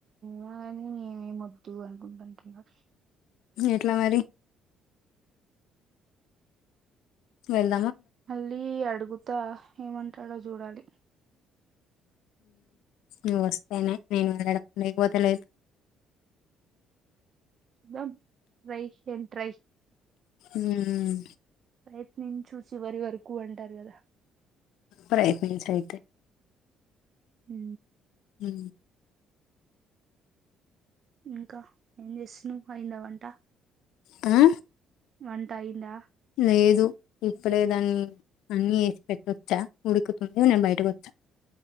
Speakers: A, on the right (about 40°); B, on the left (about 85°).
A: గాని ఏ వద్దు అనుకుంటటున్నారు.
B: ఎట్లా మరి వెల్
A: మళ్ళీ అడుగుతా ఏమంటాడో చూడాలి.
B: నువ్వు వస్తేనే నేను వెళ్ళడం లేకపోతే లేదు.
A: చూద్దాం ట్రై కేన్ ట్రై
B: ఉమ్,
A: ప్రయత్నించి చూడు చివరి వరకు అంటారు. కదా
B: ప్రయత్నించు అయితే
A: హ్
B: హ్
A: ఇంకా ఏం జేస్తున్నావ్ అయింద వంట
B: హ్
A: వంటం అయిందా
B: లేదు ఇప్పుడే దాన్ని అన్ని ఏసి పెట్టొచ్చా ఉడుకుతుంది. నేను బయటకు వోచ్చా